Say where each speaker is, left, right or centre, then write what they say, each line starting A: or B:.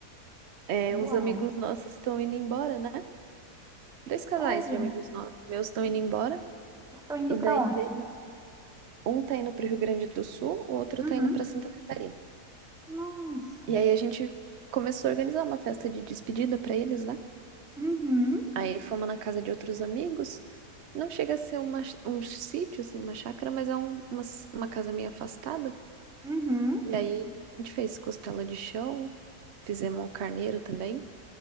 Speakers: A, on the right; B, in the centre.
A: É,
B: Uau!
A: uns amigos nossos estão indo embora, né? Dois casais
B: Sério?
A: de amigos no- meus estão indo embora.
B: Estão indo
A: E
B: para
A: daí
B: onde?
A: veio... Um tá indo pro Rio Grande do Sul, o outro
B: Uhum.
A: tá indo pra Santa Catarina.
B: Nossa.
A: E aí a gente começou a organizar uma festa de despedida pra eles, né?
B: Uhum.
A: Aí fomos na casa de outros amigos. Não chega a ser uma, um sítio, assim, uma chácara, mas é um- uma, uma casa meio afastada.
B: Uhum.
A: E aí a gente fez costela de chão, fizemos um carneiro também.